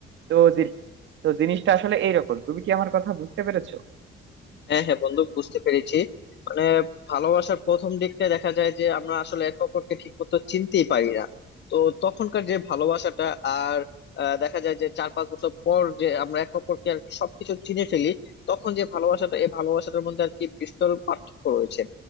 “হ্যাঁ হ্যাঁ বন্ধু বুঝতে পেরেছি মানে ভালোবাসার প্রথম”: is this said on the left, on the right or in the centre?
Left